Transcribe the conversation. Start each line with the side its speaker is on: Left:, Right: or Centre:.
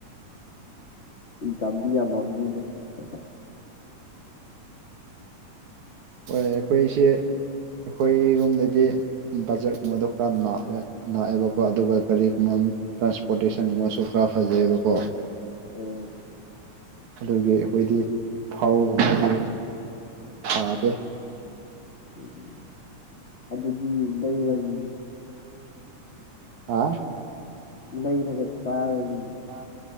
Left: ꯏꯟꯀꯝꯗꯤ ꯌꯥꯝꯃꯝꯅꯤꯅꯦ ꯍꯦ ꯍꯦ
Right: ꯍꯣꯏ ꯑꯩꯈꯣꯏꯁꯦ ꯑꯩꯈꯣꯏ ꯔꯣꯝꯗꯗꯤ ꯕꯖꯦꯠꯀꯨꯝꯕꯗꯣ ꯈꯔ ꯅꯥꯛꯑꯦ ꯅꯥꯥꯛꯑꯦꯕꯀꯣ ꯑꯗꯨꯒ ꯒꯥꯔꯤꯒꯤ ꯃꯟ ꯇ꯭ꯔꯥꯟꯁꯄꯣꯔꯇꯦꯁꯟꯒꯨꯝꯕꯁꯨ ꯈꯔ ꯐꯖꯩꯌꯦꯕꯀꯣ
Left: ꯎꯝ꯫
Right: ꯑꯗꯨꯒꯤ ꯑꯩꯈꯣꯏꯗꯤ ꯊꯥꯎꯒꯨꯝꯕꯗꯤ ꯊꯥꯗꯦ
Left: ꯎꯝ ꯑꯗꯨꯗꯤ ꯂꯩꯔꯅꯤ
Right: ꯍꯥ
Left: ꯂꯩꯔꯒ ꯆꯥꯔꯅꯤ
Right: ꯄꯥ